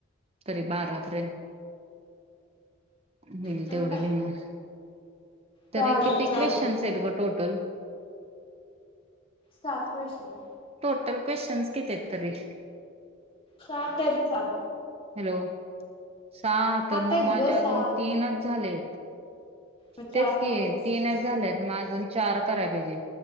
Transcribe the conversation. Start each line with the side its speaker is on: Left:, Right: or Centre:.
Right: तरी बारापर्यंत होईल
Left: काय
Right: तेवढं लिहिणार तरी
Left: चालतंय
Right: किती
Left: चालतंय
Right: क्वेश्चन्स आहेत ग टोटल
Left: सात क्वेशन्स
Right: टोटल क्वेश्चन्स किती आहेत तरी
Left: सात आहेत सात
Right: हॅलो सात तर मग
Left: आहेत
Right: माझ्या
Left: ग
Right: अजून
Left: सात
Right: तीनच झालेत
Left: मग चार
Right: तेच की
Left: राहिलेत
Right: तीनच झालंत मग अजून चार कराय पाहिजे.